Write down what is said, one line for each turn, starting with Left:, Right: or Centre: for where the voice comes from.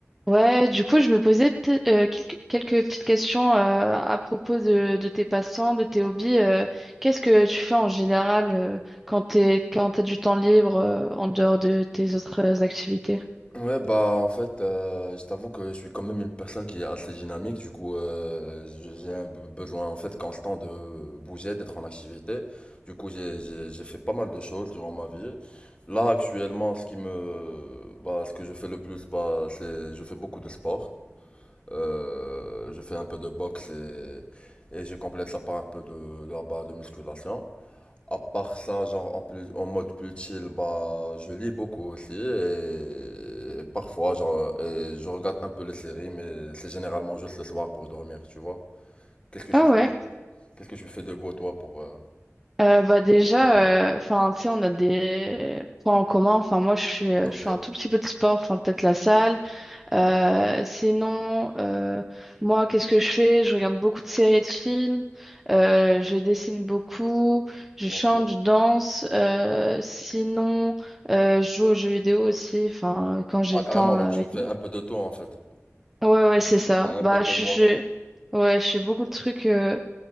Centre: Ouais, du coup, je me posais peut- euh, quelques, quelques petites questions euh, à propos de, de tes passants, de tes hobbies. euh, qu'est-ce que tu fais en général euh, quand t'es, quand t'as du temps libre euh, en dehors de tes autres activités?
Left: Ouais, bah en fait, euh, je t'avoue que je suis quand même une personne qui est assez dynamique, du coup euh, j'ai un be- besoin en fait constant de bouger, d'être en activité. Du coup j'ai j'ai j'ai fait pas mal de choses durant ma vie. Là actuellement, ce qui me bah ce que je fais le plus, bah c'est je fais beaucoup de sport. Euh, je fais un peu de boxe et et je complète ça par un peu de de, bah, de musculation. À part ça, genre en plus, en mode plus chill, bah, je lis beaucoup aussi et et parfois, genre, euh, je regarde un peu les séries, mais c'est généralement juste le soir pour dormir, tu vois. Qu'est-ce que tu
Centre: Ah
Left: fais
Centre: ouais.
Left: pour- qu'est-ce que tu fais de beau toi pour, euh,
Centre: Euh, bah déjà,
Left: pour passer le temps?
Centre: euh, enfin, tu sais, on a des points en commun. Enfin, moi, je suis, euh,
Left: Ok,
Centre: je suis un tout petit peu de sport, enfin, peut-être la salle.
Left: d'accord.
Centre: Euh, sinon, euh, moi, qu'est-ce que je fais? Je regarde beaucoup de séries et de films. Euh, je dessine beaucoup. Je
Left: Ok.
Centre: chante, je danse. Euh, sinon, euh, je joue aux jeux vidéo aussi. Enfin, euh, quand j'ai
Left: Ah,
Centre: le
Left: carrément,
Centre: temps
Left: donc
Centre: avec.
Left: tu fais un peu de tout en fait.
Centre: Ouais, ouais, c'est ça.
Left: T'es un
Centre: Bah,
Left: peu comme
Centre: je,
Left: moi.
Centre: je... ouais, je fais beaucoup de trucs. euh,